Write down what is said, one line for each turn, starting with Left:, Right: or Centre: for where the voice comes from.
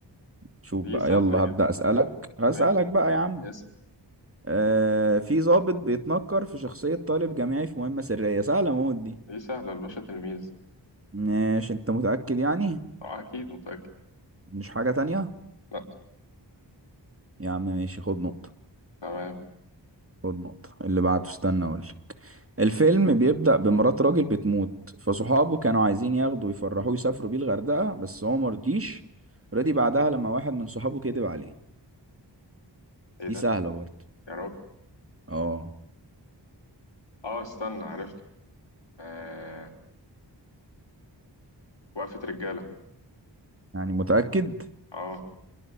Right: شوف
Left: دي
Right: بقى
Left: سهلة
Right: يلا
Left: جدا
Right: هبدأ أسألك
Left: يعني
Right: هسألك
Left: ماشي
Right: بقى يا عم
Left: يس
Right: آه في ضابط بيتنكر في شخصية طالب جامعي في مهمة سرية سهلة موت دي
Left: دي سهلة الباشا تلميذ
Right: ماشي انت متأكد يعني
Left: آه، أكيد متأكد
Right: مش حاجة تانية
Left: لا
Right: يا عم ماشي خد نقطة
Left: تمام
Right: خد نقطة اللي بعده استنى اقولك الفيلم بيبدأ بمرات راجل بتموت فصحابه كانوا عايزين ياخدوا يفرحوه يسافروا بيه الغردقة بس هو مرضيش رضي بعدها لما واحد من صحابه كذب عليه
Left: ايه
Right: دي
Left: ده
Right: سهلة برضه
Left: يا راجل
Right: اه
Left: اه استنى عرفت آه وقفة رجالة
Right: يعني متأكد
Left: اه